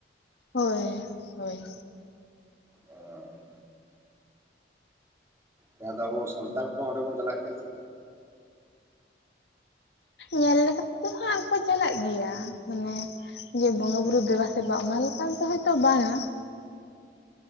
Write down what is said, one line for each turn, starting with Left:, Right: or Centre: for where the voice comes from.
Left: ᱦᱳᱭ ᱦᱳᱭ
Right: ᱚᱸ ᱡᱟᱦᱟᱸ ᱫᱚ ᱟᱵᱚ ᱥᱟᱱᱛᱟᱲ ᱠᱚ ᱦᱚ ᱚᱸᱰᱮ ᱵᱚᱱ ᱪᱟᱞᱟᱜ ᱜᱮᱭᱟ ᱥᱮ
Left: ᱧᱮᱞ ᱞᱮᱠᱟᱛᱮ ᱫᱚ ᱦᱟᱸᱜ ᱠᱚ ᱪᱟᱞᱟᱜ ᱜᱮᱭᱟ ᱢᱟᱱᱮ ᱡᱮ ᱵᱚᱸᱜᱟ ᱵᱩᱨᱩ ᱫᱮᱵᱟ ᱥᱮᱵᱟ ᱚᱱᱟ ᱞᱮᱠᱟᱛᱮ ᱫᱚ ᱦᱳᱭᱛᱚ ᱵᱟᱝ-ᱟ